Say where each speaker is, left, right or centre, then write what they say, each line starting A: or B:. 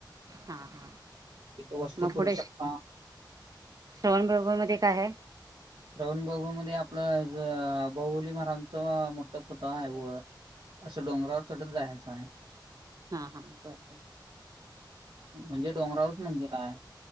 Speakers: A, on the right; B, on the right.
A: हा हा
B: इथो वस्
A: मग
B: करू
A: पुढे
B: शकता
A: श्रवण बरोबर मध्ये काय आहे
B: श्रवण बबू मध्ये आपलं बहुली महाराजच मोठ पुत आहे वर असं डोंगरावर थोढच जायचं आहे
A: हा हा बरोबर
B: म्हणजे डोंगराळच मंदिर आहे